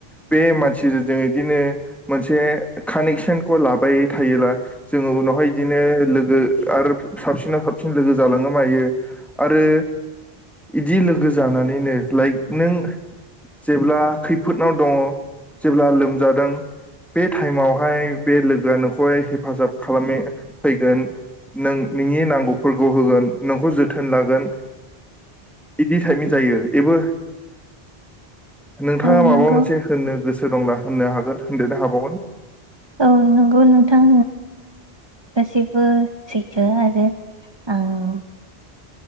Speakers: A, in the centre; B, on the right.
A: बे मानसिजों बिदिनो मोनसे कानेकसनखौ लाबाय थायोला जोङो उनावहाय इदिनो लोगो आरो साबसिनाव साबसिन लोगो जालाङो मायो आरो इदि लोगो जानानैनो लाइक नों जेब्ला खैफोदनाव दङ जेब्ला लोमजादों बे टाइमावहाय बे लोगोआ नोंखौहाय हेफ फाजाब खालामनो फैगोन नों नोंनि नांगौफोरखौ होगोन नोंखौ जोथोन लागोन बिदि टाइपनि जायो एबो नोंथाङा
B: औ
A: माबा
B: नंगौ
A: मोनसे होननो गोस गोसो दंङोला होननो हागोन होनदेरनो हाबावगोन
B: औ नंगौ नोंथां
A: <inaudible>
B: गासिबो सैथो आरो आं